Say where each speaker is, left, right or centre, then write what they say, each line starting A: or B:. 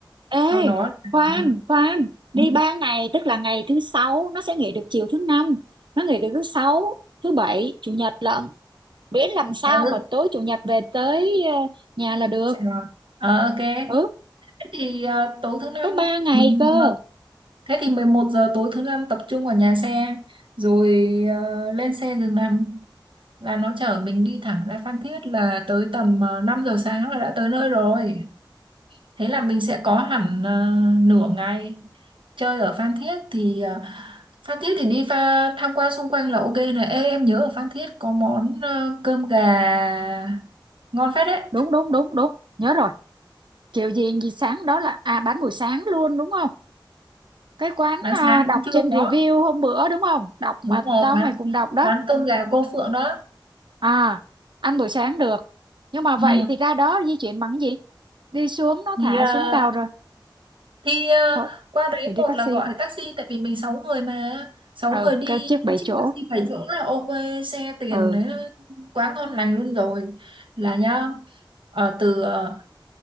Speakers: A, on the right; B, on the right.
A: Ê,
B: sau đó
A: khoan,
B: là
A: khoan, đi
B: ừ,
A: ba ngày, tức là ngày thứ sáu nó sẽ nghỉ được chiều thứ năm, nó nghỉ được thứ sáu, thứ bảy, chủ nhật lận. Biết làm sao
B: ờ, ừ,
A: mà tối chủ nhật về tới ờ, nhà là được.
B: xe rồi. Ờ, ok thế
A: Ừ,
B: thì ờ, tối thứ năm
A: tới ba ngày
B: mình
A: cơ.
B: thế thì 11 giờ tối thứ năm tập trung ở nhà xe rồi ờ, lên xe giường nằm là nó chở mình đi thẳng ra Phan Thiết là tới tầm uh, 5 giờ sáng là đã tới nơi rồi Thế là mình sẽ có hẳn ờ, nửa ngày chơi ở Phan Thiết thì ờ, Phan Thiết thì đi va tham quan xung quanh là ok này. Ê, em nhớ ở Phan Thiết có món ờ, cơm gà ngon phết đấy.
A: Đúng, đúng, đúng, đúng. Nhớ rồi. Kiểu gì gì sáng đó là à bán buổi sáng luôn đúng không? Cái quán
B: Bán
A: à,
B: sáng
A: đọc
B: bán trưa
A: trên review
B: có.
A: hôm bữa đúng không? Đọc mà
B: Đúng rồi,
A: tao
B: quán
A: mày cùng đọc đó.
B: quán cơm gà cô Phượng đó.
A: À, ăn buổi sáng được. Nhưng mà vậy
B: Ừ.
A: thì ra đó di chuyển bằng cái gì? Đi xuống nó
B: Thì
A: thả
B: ờ,
A: xuống tàu rồi.
B: thì ờ,
A: Thôi,
B: qua đấy
A: thì đi
B: một
A: taxi
B: là gọi
A: thôi
B: taxi tại vì mình sáu người mà sáu
A: ừ
B: người đi
A: kêu chiếc bảy
B: chiếc
A: chỗ
B: taxi phải chỗ là ok xe tiền
A: ừ
B: đấy quá ngon lành luôn rồi là nhá ờ, từ ờ,